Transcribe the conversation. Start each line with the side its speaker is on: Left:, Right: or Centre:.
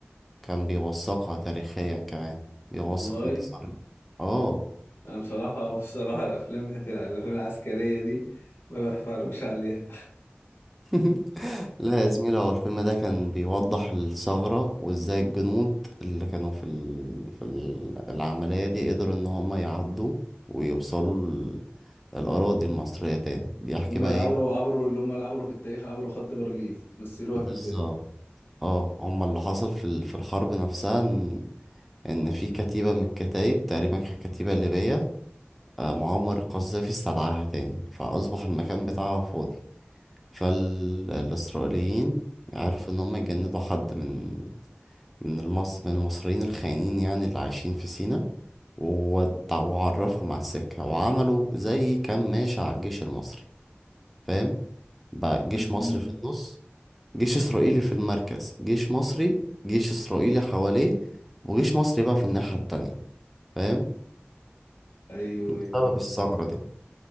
Centre: كان بيوثقها تاريخيا كمان بيوثق
Left: والله
Centre: انتصار اه
Left: انا بصراحه <laughs> بصراحه الافلام بتاعت الافلام العسكريه دي ما بتفرجش عليها
Centre: <laughs> لا يا زميلة هو الفيلم ده كان بيوضح الثغرة وازاي الجنود اللي كانوا في ال... في ال- العملية دي قدروا ان هم يعدوا ويوصلوا ال... الأراضي المصرية تاني
Left: <laughs>
Centre: بيحكي
Left: اللي هم
Centre: بقى
Left: اللي
Centre: ايه
Left: عبروا عبروا اللي هم اللي عبروا في التاريخ عبروا خط بارليف مثلوها
Centre: بالظبط
Left: في الفيلم
Centre: اه هم اللي حصل في ال... في الحرب نفسها ان ان في كتيبة من الكتايب تقريبا كانت كتيبة ليبية آه، معمر القذافي استدعاها تاني فأصبح المكان بتاعها فاضي فالإسرائيليين عرفوا إن هم يجندوا حد من من المص... من المصريين الخاينين يعني اللي عايشين في سينا وود- وعرفهم على السكة وعملوا زي كماشة على الجيش المصري فاهم بقى جيش
Left: مم.
Centre: مصري في النص جيش إسرائيلي في المركز جيش مصري جيش إسرائيلي حواليه وجيش مصري بقى في الناحية التانية فاهم
Left: ايوه
Centre: بسبب
Left: ايوه أيوة.
Centre: الثغرة دي